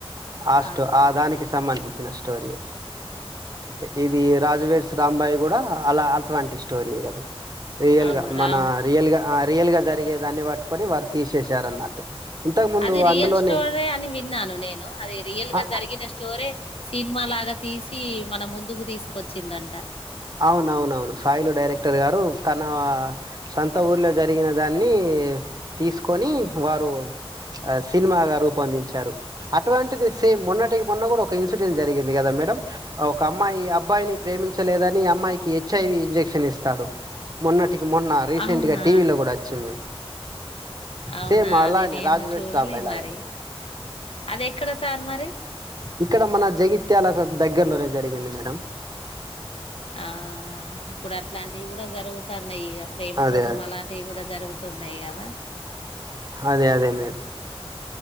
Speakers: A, on the right; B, on the left.
A: ఆ స్టో
B: అవునవును
A: ఆ దానికి సంబంధించిన స్టోరీయే అంటే ఇది రాజు రాజు వెడ్స్ రాంబాయ్ కూడా అలా అటువంటి స్టోరీయే కదా రియల్
B: అవును
A: గా మన
B: రామ్
A: రియల్ గా ఆ రియల్ గా జ జరిగేదాన్ని పట్టుకొని వారు తీసేసారు అన్నట్టు ఇంతకు ముందు
B: అది రియల్
A: అందులోనే
B: స్టోరే అని విన్నాను నేను అది రియల్ గా
A: ఆ,
B: జరిగిన స్టోరీ సినిమా లాగా తీసి మన ముందుకు తీసుకొచ్చిండంట
A: అవునవును సాయిలో డైరెక్ట్ ర్ గారు తన సొంత ఊర్లో జరిగిన దాన్ని తీసుకొని వారు సినిమాగా రూపొందించారు అటువంటిది సేమ్ మొన్నటి మొన్న కూడా ఒక ఇన్సిడెంట్ జరిగింది కదా మేడం ఒక అమ్మాయి అబ్బాయిని ప్రేమించలేదని అమ్మాయికి హెచ్ఐవి ఇంజెక్షన్ ఇస్తాడు మొన్నటికి మొన్న రీసెంట్
B: అవునా
A: గా టీవీలో కూడా వచ్చింది
B: అవునా
A: సేమ్ అలానే
B: అది నేను
A: రాజు వెడ్స్
B: చూడలే
A: రాంబాయి లాగా
B: మరి అది ఎక్కడ సార్ మరి
A: ఇక్కడ మన జగిత్యాలకు దగ్గర్లోనే జరిగింది మేడం
B: ఆ ఇప్పుడు అట్లాంటివి కూడా జరుగుతా న్నాయి ప్రేమ
A: అదే.
B: కోసం
A: అదే.
B: అలాంటివి కూడా జరుగుతున్నాయి కదా
A: అదే. అదే మే